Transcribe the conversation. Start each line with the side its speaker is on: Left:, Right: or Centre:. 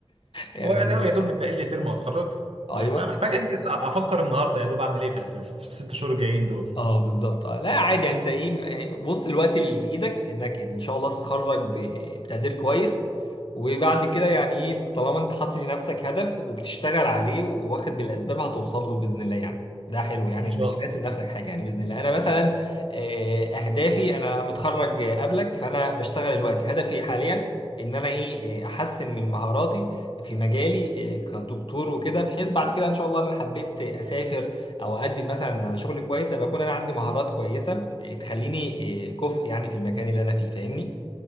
Left: يعني
Right: هو يعني هو يا دوب
Left: آه،
Right: متبقي لي ترم وهتخرج
Left: ايوه
Right: محتاج محتاج انجز افكر النهارده يا دوب اعمل ايه في ال- في ال- في الست شهور الجايين دول
Left: اه بالظبط اه لا عادي يعني انت ايه م- آه، بص الوقت اللي في ايدك انك ان شاء الله تتخرج ب- بتقدير كويس وبعد كده يعني ايه طالما انت حاطط لنفسك هدف وبتشتغل عليه واخد بالاسباب هتوصل له باذن الله يعني ده حلو يعني
Right: ان
Left: انك
Right: شاء الله
Left: راسم نفسك حاجه يعني باذن الله انا مثلا آه، اهدافي انا متخرج آه، قبلك فانا بشتغل دلوقتي هدفي حاليا ان انا ايه آه، احسن من مهاراتي في مجالي آه، كدكتور وكده بحيث بعد كده ان شاء الله انا حبيت اسافر او اقدم مثلا على شغل كويس ابقى اكون انا عندي مهارات كويسه إيه، تخليني إيه، كفء يعني في المكان اللي انا فيه فاهمني